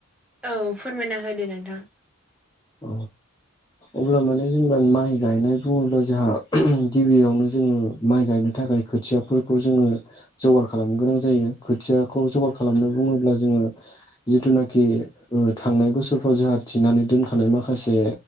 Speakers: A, in the centre; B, on the left.
A: औ फोरमायना होदो नोंथां।
B: औ अब्ला माने जेनेबा माइ गायनाय बुङोब्ला जोंहा गिबियावनो जोङो माइ गायनो थाखाय खोथियाफोरखौ जोङो जगार खालामनो गोनां जायो खोथियाखौ जगार खालामनो बुङोब्ला जोङो जिथुनाखि ओ थांनाय बोसोरफ्राव जोंहा थिनानै दोनखा माखासे